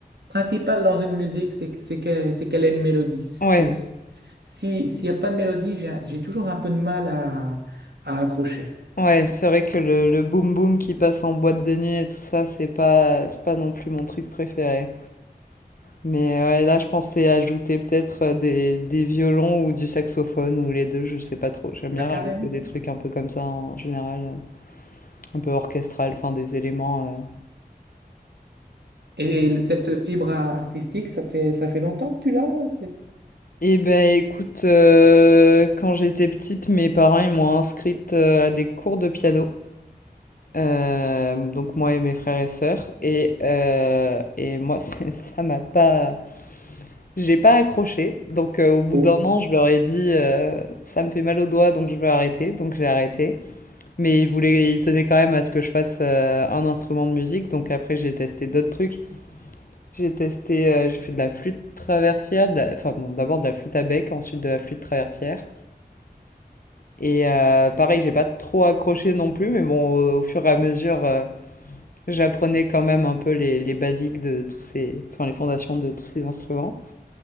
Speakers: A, on the right (about 85°); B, on the left (about 60°).
A: principal dans une musique, c'est que- c'est qu'elle, c'est qu'elle ait une mélodie. Parce
B: ouais.
A: que si- si- s'il n'y a pas de mélodie, j'ai j'ai toujours un peu de mal à, à accrocher.
B: Ouais, c'est vrai que le, le boom boom qui passe en boîte de nuit et tout ça, c'est pas, c'est pas non plus mon truc préféré. Mais euh, ouais, là, je pensais ajouter peut-être euh, des, des violons ou du saxophone ou les deux, je sais pas trop. J'aime bien
A: Ah, carrément.
B: rajouter des trucs un peu comme ça en général, euh, un peu orchestral, enfin des éléments.
A: Et
B: euh.
A: cette fibre artistique, ça fait, ça fait longtemps que tu l'as?
B: Eh ben écoute, euh, quand j'étais petite, mes parents ils m'ont inscrite euh, à des cours de piano. Euh, donc moi et mes frères et sœurs. Et, euh, et moi, <laughs> c'est- ça m'a pas... J'ai pas accroché, donc euh, au bout
A: Oh.
B: d'un an, je leur ai dit euh, ça me fait mal au doigt, donc je vais arrêter, donc j'ai arrêté. Mais ils voulaient, ils tenaient quand même à ce que je fasse euh, un instrument de musique, donc après j'ai testé d'autres trucs. J'ai testé, euh, j'ai fait de la flûte traversière, de la- enfin bon, d'abord de la flûte à bec, ensuite de la flûte traversière. Et euh, pareil, j'ai pas trop accroché non plus, mais bon, au, au fur et à mesure, euh, j'apprenais quand même un peu les, les basiques de tous ces, enfin les fondations de tous ces instruments.